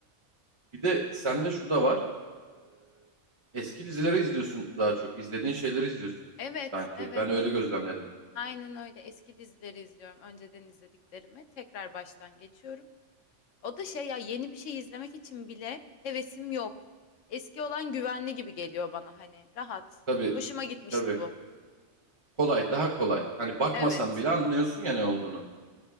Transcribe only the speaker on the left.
Evet,
evet.
Aynen öyle. Eski dizileri izliyorum. Önceden izlediklerimi tekrar baştan geçiyorum. O da şey ya yeni bir şey izlemek için bile hevesim yok. Eski olan güvenli gibi geliyor bana hani rahat.
Hoşuma gitmişti
bu.
Evet.